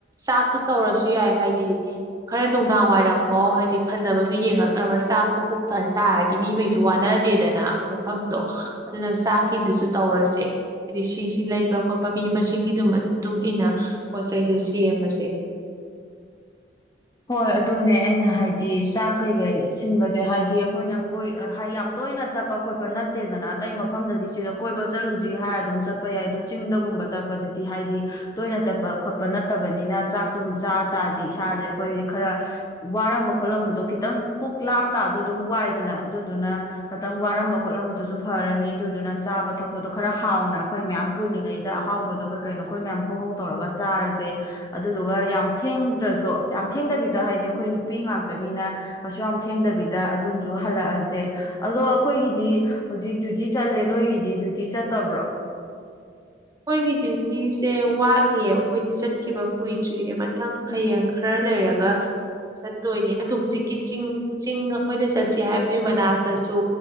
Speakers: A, on the right (about 20°); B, on the left (about 20°).
A: ꯆꯥꯛꯇꯨ ꯇꯧꯔꯁꯨ ꯌꯥꯏ ꯍꯥꯏꯗꯤ ꯈꯔ ꯅꯨꯡꯗꯥꯡ ꯋꯥꯏꯔꯝꯃꯣ ꯍꯥꯏꯗꯤ ꯐꯖꯕꯗꯨ ꯌꯦꯡꯉꯛꯅꯕ ꯆꯥꯛꯇꯣ ꯄꯨꯣꯛꯊꯍꯟ ꯇꯥꯔꯗꯤ ꯃꯤꯉꯩꯁꯨ ꯋꯥꯅꯗꯦꯗꯅ ꯃꯐꯝꯗꯣ ꯑꯗꯨꯅ ꯆꯥꯛꯀꯤꯗꯨꯁꯨ ꯇꯧꯔꯁꯦ ꯍꯥꯏꯗꯤ ꯁꯤꯁꯤ ꯂꯩꯕ ꯈꯣꯠꯄ ꯃꯤ ꯃꯁꯤꯡꯒꯤꯗꯨ ꯏ ꯃꯇꯨꯡꯏꯟꯅ ꯄꯣꯠ ꯆꯩꯩꯗꯣ ꯁꯦꯝꯃꯁꯦ
B: ꯍꯣꯏ ꯑꯗꯨꯅꯦ ꯑꯩꯅ ꯍꯥꯏꯗꯤ ꯆꯥꯛ ꯀꯩꯀꯩ ꯁꯤꯟꯕꯁꯦ ꯍꯥꯏꯗꯤ ꯑꯩꯈꯣꯏꯅ ꯀꯣꯏ ꯍꯥꯏꯗꯤ ꯌꯥꯝ ꯇꯣꯏꯅ ꯆꯠꯄ ꯈꯣꯠꯄ ꯅꯠꯇꯦꯗꯅ ꯑꯇꯩ ꯃꯐꯝꯗꯗꯤ ꯁꯤꯗ ꯀꯣꯏꯕ ꯆꯂꯨꯁꯤ ꯍꯥꯏꯔ ꯑꯗꯨꯝ ꯆꯠꯄ ꯌꯥꯏ ꯑꯗꯨ ꯆꯤꯡꯗꯒꯨꯝꯕ ꯆꯠꯄꯁꯤꯗꯤ ꯍꯥꯏꯗꯤ ꯇꯣꯏꯅ ꯆꯠꯄ ꯈꯣꯠꯄ ꯅꯠꯇꯕꯅꯤꯅ ꯆꯥꯛꯇꯝ ꯆꯥ ꯇꯥꯔꯗꯤ ꯏꯁꯥꯁꯦ ꯑꯩꯈꯣꯏ ꯈꯔ ꯋꯥꯔꯝꯕ ꯈꯣꯠꯂꯝꯕꯗꯣ ꯈꯤꯇꯪ ꯄꯨꯛ ꯂꯥꯝ ꯇꯥꯁꯨ ꯑꯗꯨꯝ ꯋꯥꯏꯗꯅ ꯑꯗꯨꯗꯨꯅ ꯈꯤꯇꯪ ꯋꯥꯔꯝꯕ ꯈꯣꯠꯂꯝꯕꯗꯨꯁꯨ ꯐꯔꯅꯤ ꯑꯗꯨꯗꯨꯅ ꯆꯥꯕ ꯊꯛꯄꯗꯣ ꯈꯔ ꯍꯥꯎꯅ ꯑꯩꯈꯣꯏ ꯃꯌꯥꯝ ꯄꯨꯜꯂꯤꯉꯩꯗ ꯑꯍꯥꯎꯕꯗꯣ ꯀꯩ ꯀꯩꯅꯣ ꯑꯩꯈꯣꯏ ꯃꯌꯥꯝ ꯐꯧꯍꯧ ꯇꯧꯔꯒ ꯆꯥꯔꯁꯦ ꯑꯗꯨꯗꯨꯒ ꯌꯥꯝ ꯊꯦꯡꯗ꯭ꯔꯁꯨ ꯌꯥꯝ ꯊꯦꯡꯗꯕꯤꯗ ꯍꯥꯏꯗꯤ ꯑꯩꯈꯣꯏ ꯅꯨꯄꯤ ꯉꯥꯛꯇꯅꯤꯅ ꯀꯩꯁꯨ ꯌꯥꯝ ꯊꯦꯡꯗꯕꯤꯗ ꯑꯗꯨꯝꯁꯨ ꯍꯜꯂꯛꯑꯁꯦ ꯑꯗꯣ ꯑꯩꯈꯣꯏꯒꯤꯗꯤ ꯍꯧꯖꯤꯛ ꯗ꯭ꯌꯨꯇꯤ ꯆꯠꯂꯦ ꯅꯣꯏꯒꯤꯗꯤ ꯗ꯭ꯌꯨꯇꯤ ꯆꯠꯇꯕ꯭ꯔꯣ
A: ꯑꯩꯈꯣꯏꯒꯤ ꯗ꯭ꯌꯨꯇꯤꯁꯦ ꯋꯥꯠꯂꯤꯌꯦ ꯑꯩꯈꯣꯏꯗꯤ ꯆꯠꯈꯤꯕ ꯀꯨꯏꯗ꯭ꯔꯤꯌꯦ ꯃꯊꯪ ꯍꯌꯦꯡ ꯈꯔ ꯂꯩꯔꯒ ꯆꯠꯇꯣꯏꯅꯦ ꯑꯣ ꯍꯧꯖꯤꯛꯀꯤ ꯆꯤꯡ ꯆꯤꯡ ꯑꯩꯈꯣꯏꯅ ꯆꯠꯁꯤ ꯍꯥꯏꯕꯗꯨꯒꯤ ꯃꯅꯥꯛꯇꯁꯨ